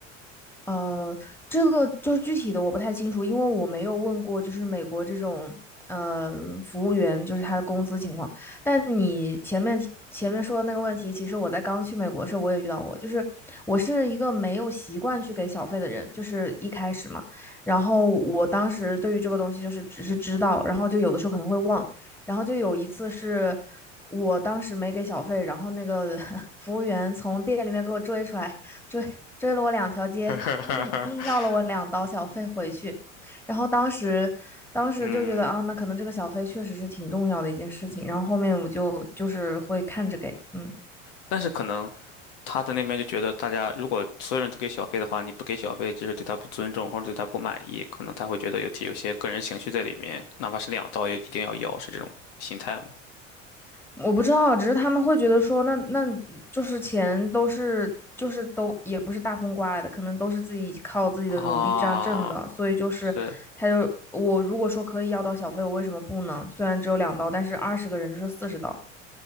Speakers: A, in the centre; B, on the left (about 60°).
A: 呃，这个就是具体的我不太清楚，因为我没有问过，就是美国这种呃服务员，就是他的工资情况。但你前面提前面说的那个问题，其实我在刚去美国的时候我也遇到过，就是我是一个没有习惯去给小费的人，就是一开始嘛。然后我当时对于这个东西就是只是知道，然后就有的时候可能会忘，然后就有一次是。我当时没给小费，然后那个 <laughs> 服务员从店里面给我追出来，追追了我两条街，
B: <laughs>
A: 硬硬要了我两刀小费回去，然后当时当时就觉得啊，
B: 嗯，
A: 那可能这个小费确实是挺重要的一件事情，然后后面我就就是会看着给，嗯，
B: 但是可能他在那边就觉得，大家如果所有人都给小费的话，你不给小费，就是对他不尊重或者对他不满意，可能他会觉得有提有些个人情绪在里面，哪怕是两刀也一定要要，是这种心态吗？
A: 我不知道，只是他们会觉得说，那那就是钱都是就是都也不是大风刮来的，可能都是自己靠自己的努力这样挣的，
B: 啊，
A: 所以就是他就我如果说可以要到小费，
B: 是，
A: 我为什么不呢？虽然只有两刀，但是二十个人就是四十刀。